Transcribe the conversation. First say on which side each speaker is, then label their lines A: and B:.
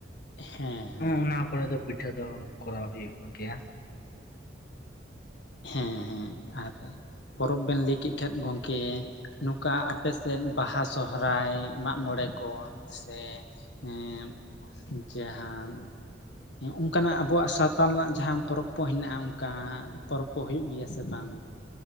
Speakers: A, on the left; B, on the left.
A: ᱦᱮᱸ, ᱦᱮᱸ
B: ᱚᱱᱟ ᱠᱚᱨᱮ ᱫᱚ ᱯᱤᱴᱷᱟᱹ ᱫᱚ ᱠᱚᱨᱟᱣ ᱦᱩᱭᱩᱜ ᱜᱮᱭᱟ᱾
A: ᱦᱮᱸ ᱦᱮᱸ ᱟᱨ ᱯᱚᱨᱚᱵᱽ ᱵᱮᱱ ᱞᱟᱹᱭ ᱠᱮᱫ ᱠᱷᱟᱱ ᱜᱚᱝᱠᱮ ᱱᱚᱝ ᱠᱟ ᱟᱯ ᱥᱮᱫ ᱵᱟᱦᱟ ᱥᱚᱦᱚᱨᱟᱭ ᱢᱟᱜ ᱢᱚᱬᱮ ᱠᱚ ᱥᱮᱼᱼ ᱦᱮᱸ ᱡᱟᱦᱟᱱ, ᱚᱱᱠᱟ ᱱᱟᱜ ᱟᱵᱚᱣᱟᱜ ᱥᱟᱶᱛᱟ ᱨᱮᱱᱟᱜ ᱡᱟᱦᱟ ᱯᱚᱨᱚᱵᱽ ᱠᱚ ᱦᱮᱱᱟᱜᱼᱟ᱾ ᱚᱱᱠᱟ ᱯᱚᱨᱚᱵᱽ ᱠᱚ ᱦᱳᱭᱳᱜ ᱜᱮᱭᱟ ᱥᱮ ᱵᱟᱝ?